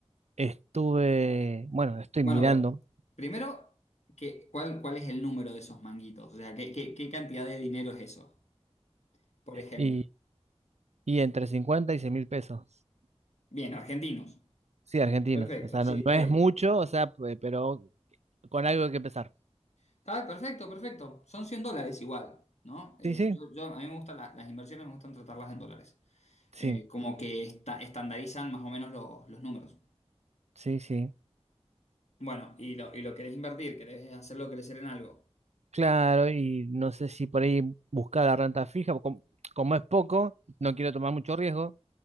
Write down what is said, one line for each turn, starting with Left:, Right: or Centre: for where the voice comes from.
Right: estuve, bueno, estoy
Left: Bueno,
Right: mirando
Left: bro, primero, ¿qué, cuál, cuál es el número de esos manguitos? O sea, ¿qué, qué- qué cantidad de dinero es eso? Por ejemplo.
Right: y, y entre cincuenta y 100 mil pesos.
Left: Bien, argentinos.
Right: Sí, argentinos.
Left: Perfecto,
Right: O sea,
Left: sí,
Right: no,
Left: está
Right: no es
Left: bien.
Right: mucho, o sea, pe- pero con algo que empezar.
Left: Está perfecto, perfecto. Son 100 dólares igual, ¿no? Eh,
Right: Sí, sí,
Left: yo, yo- a mí me gustan la- las inversiones, me gustan tratarlas en dólares.
Right: sí,
Left: Eh, como que esta- estandarizan más o menos los, los números.
Right: sí, sí.
Left: Bueno, y lo, y lo querés invertir, querés hacerlo crecer en algo.
Right: Claro, y no sé si por ahí buscar la renta fija, como, como es poco, no quiero tomar mucho riesgo,